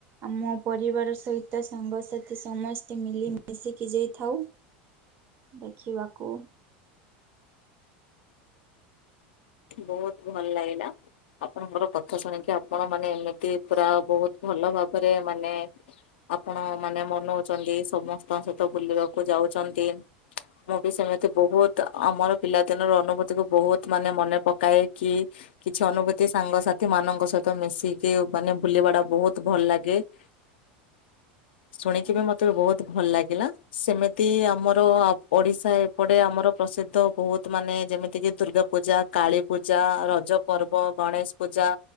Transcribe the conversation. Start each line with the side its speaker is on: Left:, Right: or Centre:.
Right: ଆମ ପରିବାର ସହିତ ସାଙ୍ଗସାଥି ସମସ୍ତେ ମିଲିମିଶିକି ଯାଇଥାଉ ଦେଖିବାକୁ।
Left: ବହୁତ୍ ଭଲ ଲାଗିଲା। ଆପଣଙ୍କର କଥା ଶୁଣିକି ଆପଣ ମାନେ ଏମିତି ପୁରା ବହୁତ୍ ଭଲ ଭାବରେ ମାନେ ଆପଣ ମାନେ ମନଉଚନ୍ତି, ସମସ୍ତଙ୍କ ସହିତ ବୁଲିବାକୁ ଯାଉଚନ୍ତି ମୁଁ ବି ସେମିତି ବହୁତ୍ ଆମର ପିଲାଦିନର ଅନୁଭୂତିକୁ ବହୁତ୍ ମାନେ ମନେ ପକାଏ କି କିଛି ଅନୁଭୂତି ସାଙ୍ଗସାଥିମାନଙ୍କ ସହିତ ମିଶିକି ମାନେ ବୁଲିବାଟା ବହୁତ୍ ଭଲ ଲାଗେ <inaudible> ଶୁଣିକି ବି ମତେ ବହୁତ୍ ଭଲ ଲାଗିଲା। ସେମିତି ଆମର ଆ ପଡିଶା ଏପଟେ ଆମର ପ୍ରସିଦ୍ଧ ବହୁତ୍ ମାନେ ଯେମିତିକି ଦୁର୍ଗା ପୂଜା କାଳୀ ପୂଜା, ରଜ ପର୍ବ, ଗଣେଶ ପୂଜା